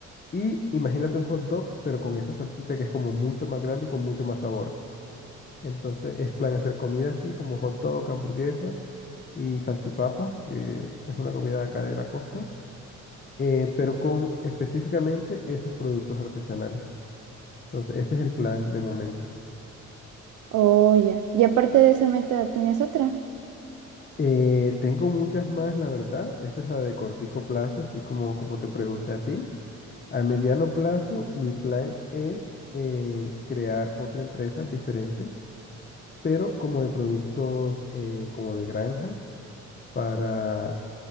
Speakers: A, on the left; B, on the right.
A: Y imagínate un hot dog, pero con esa salchicha que es como mucho más grande y con mucho más sabor. Entonces es plan hacer comida así como hot dog, hamburguesas y salchipapas, que es una comida de acá de la costa, eh, pero con específicamente esos productos artesanales. Entonces ese es el plan de momento.
B: Oye, Y aparte de esa meta, ¿tienes otra?
A: Eh, tengo muchas más, la verdad. Esa es la de cortico plazo, así como, como te pregunté a ti. A mediano plazo, mi plan es eh, crear otra empresa diferente, pero como de productos eh, como de granja para